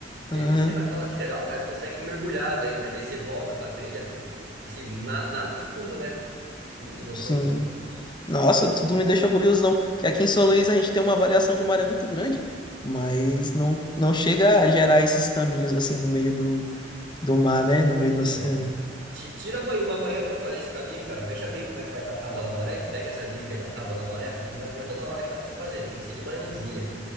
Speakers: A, on the right; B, on the left.
A: E,
B: Aham,
A: e você vai pra lateral, cara, você consegue mergulhar daí, mas daí você volta pra trilha, assim, na- nada fundo, né? Muito gostoso.
B: sim. Nossa, tu, tu me deixou curiosão. Porque aqui em São Luís a gente tem uma variação de maré muito grande, mas não, não chega a gerar esses caminhos assim no meio do, do mar, né? No meio
A: Então.
B: do oceano.
A: Ti- Tira amanhã- uma manhã pra fazer esse caminho, cara. Veja bem como é que vai estar a tábua da maré. Pega essa dica aí da tábua da maré, porque não é, não é toda hora que dá pra você fazer. Tem que ser de manhãzinha.